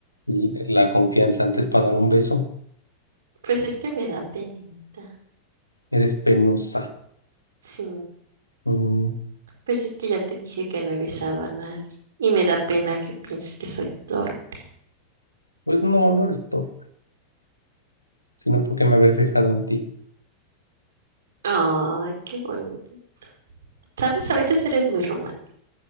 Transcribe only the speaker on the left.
l- la confianza antes para dar un beso?
Eres penosa.
Mm,
pues no, no eres torpe, sino porque me haber fijado en ti.